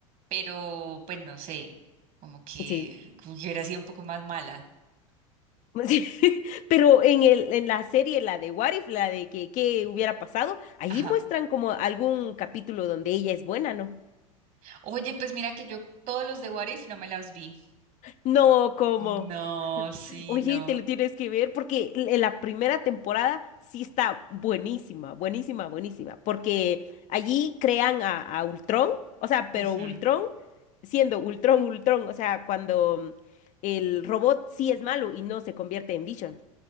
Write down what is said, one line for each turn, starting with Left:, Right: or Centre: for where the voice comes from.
Right: pero pues no sé, como que,
Left: sí. <laughs>
Right: como que hubiera sido un poco más mala.
Left: Sí, Pero en el, en la serie, la de What If, la de que, qué hubiera pasado, allí
Right: Ajá.
Left: muestran como algún capítulo donde ella es buena, ¿no?
Right: Oye, pues mira que yo todos los de What If no me las vi.
Left: No, como...
Right: No, sí,
Left: Oye,
Right: no.
Left: te lo tienes que ver porque l- la primera temporada sí está buenísima, buenísima, buenísima, porque allí crean a, a Ultron, o sea, pero
Right: Ujú.
Left: Ultron siendo Ultron, Ultron, o sea, cuando mm, el robot sí es malo y no se convierte en Vision.